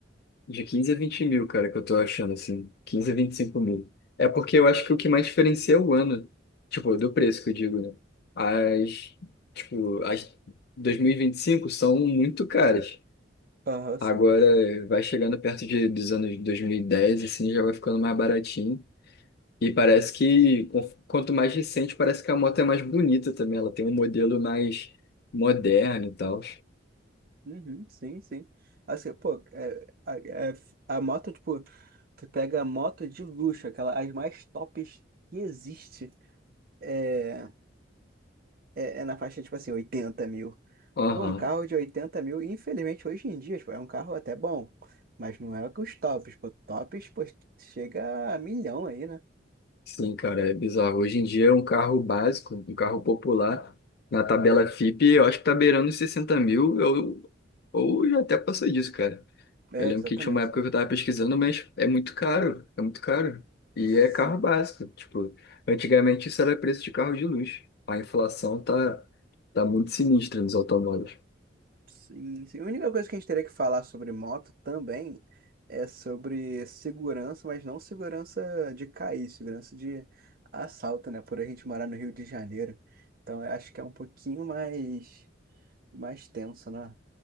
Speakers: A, on the left (about 60°); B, on the right (about 50°).
A: de quinze a 20 mil, cara, que eu tô achando, assim. quinze a vinte e cinco mil. É porque eu acho que o que mais diferencia é o ano. Tipo, do preço que eu digo, né? As. Tipo, as dois mil e e vinte e cinco são muito caras.
B: Aham,
A: Agora
B: sim.
A: vai chegando perto de, dos anos 2010 assim, já vai ficando mais baratinho. E parece que, con- quanto mais recente, parece que a moto é mais bonita também. Ela tem um modelo mais moderno e tal.
B: Uhum, sim, sim. Assim, pô, é, a, é- a moto, tipo, tu pega a moto de luxo, aquela, as mais tops que existe, é, é, é na faixa, tipo assim, 80 mil.
A: Aham.
B: Pô, um carro de 80 mil, infelizmente, hoje em dia, tipo, é um carro até bom, mas não é que os tops, pô, tops, pô, chega a milhão aí, né?
A: Sim, cara, é bizarro. Hoje em dia, um carro básico, um carro popular, na tabela Fipe, eu acho que tá beirando os 60 mil, ou, ou já até passou disso, cara.
B: É,
A: Eu lembro
B: exatamente.
A: que tinha uma época que eu tava pesquisando, mas é muito caro, é muito caro. E
B: Sim.
A: é carro básico, tipo, antigamente isso era preço de carro de luxo. A inflação tá, tá muito sinistra nos automóveis.
B: Sim, sim. A única coisa que a gente teria que falar sobre moto também é sobre segurança, mas não segurança de cair, segurança de assalto, né? Por a gente morar no Rio de Janeiro. Então eu acho que é um pouquinho mais, mais tenso, né?